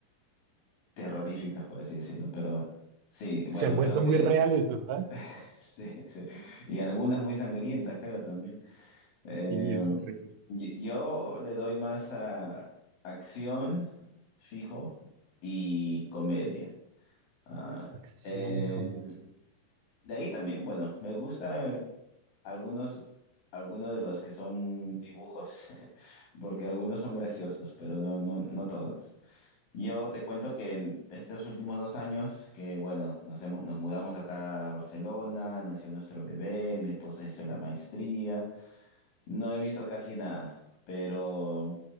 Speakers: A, on the left (about 75°); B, on the right (about 65°).
A: terroríficas, por así decirlo. Pero sí, bueno,
B: Se han
A: creo
B: vuelto
A: que
B: muy reales, ¿verdad?
A: <laughs> sí, sí. Y algunas muy sangrientas, creo también. Eh,
B: Sí, es horrible.
A: yo yo le doy más a acción, fijo, y comedia. Ah,
B: Acción
A: eh,
B: y comedia.
A: de ahí también, bueno, me gusta algunos, algunos de los que son dibujos, <laughs> porque algunos son graciosos, pero no, no, no todos. Yo te cuento que en estos últimos dos años, que bueno, nos hemos- nos mudamos acá a Barcelona, nació nuestro bebé, mi esposa hizo la maestría. No he visto casi nada, pero